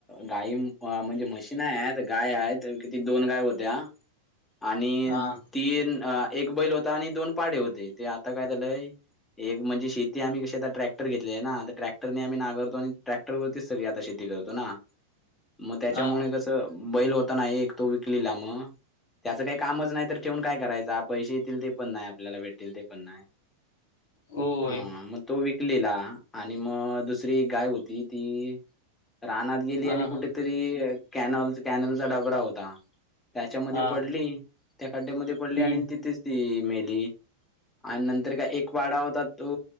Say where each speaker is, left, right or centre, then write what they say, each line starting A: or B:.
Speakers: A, on the left; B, on the left.
A: गाय म्हणजे मशीन आहेत गाय आहेत. ती दोन गाय होत्या आणि
B: हा
A: तीन एक बैल होता आणि दोन पाडे होते ते आता काय झालंय. एक म्हणजे शेती आम्ही कशी आता ट्रॅक्टर घेतलेय ना त्या ट्रॅक्रने आम्ही नागारतो आणि ट्रॅक्टर वरतीच सगळी आता शेती करतो ना मग त्याच्यामुळे
B: हा
A: कसं अ बैल होता ना एक तो विकलीला मग. त्याचं काही कामच नाही तर ठेवून काय करायचं आप पैसे येतील ते पण नाय आपल्याला भेटतील ते पण नाय.
B: होय
A: हा मग तो विकलेला आणि मग दुसरी एक गाय होती. ती ती रानात गेली
B: हा
A: आणि
B: हा
A: कुठे तरी कॅनल कॅनलचा डबरा होता त्याच्यामध्ये
B: हा
A: पडली त्या खड्ड्यामध्ये
B: हम्म
A: पडली आणि तिथेच ती मेली, आणि नंतर काय एक वाडा होता तो